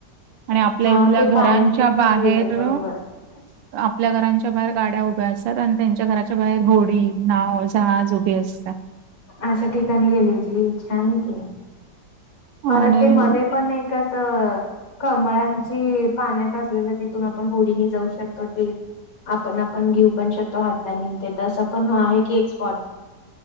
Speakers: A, on the right; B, on the left.
A: आणि आपल्या
B: हा
A: इथल्या
B: ते
A: घरांच्या
B: पाण्यातली
A: बाहेर
B: ते बरोबर
A: --
B: <unintelligible>
A: आपल्या घरांच्या बाहेर गाड्या उभ्या असतात आणि त्यांच्या घराच्या बाहेर होडी, नाव, जहाज उभी असत्या.
B: अशा ठिकाणी गेली होती. छान हाय की. परत
A: आणि
B: ते मध्ये पण एक -- त कमळांची पाण्यात असलेल तिथून आपण होडीनी जाऊ शकतो ती -- आपण आपण घेऊ पण शकतो हातानी ते तसं पण आहे की एक स्पॉट.